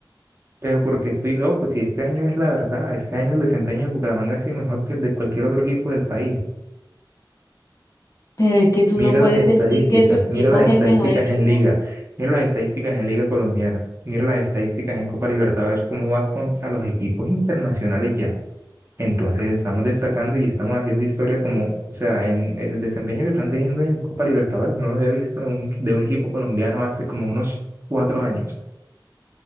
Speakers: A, on the right; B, on the left.
A: Pero porque estoy loco, si este año es la verdad, este año el desempeño de Bucaramanga ha sido mejor que el de cualquier otro equipo del país.
B: Pero es que tú
A: Mira
B: no puedes
A: las estadísticas,
B: decir que tu equipo
A: mira las
B: es
A: estadísticas
B: el mejor equipo.
A: en Liga, mira las estadísticas en Liga Colombiana, mira las estadísticas en Copa Libertadores, cómo va contra los equipos internacionales ya. Entonces estamos destacando y estamos haciendo historia como, o sea, en el desempeño que están teniendo en Copa Libertadores, no lo había visto de un, de un equipo colombiano hace como unos cuatro años.